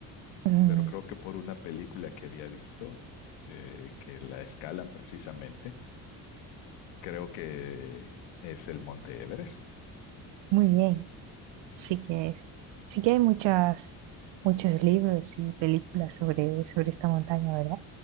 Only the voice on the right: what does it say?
Mm,
muy bien. Sí que es. Sí que hay muchas, muchos libros y películas sobre, sobre esta montaña, ¿verdad?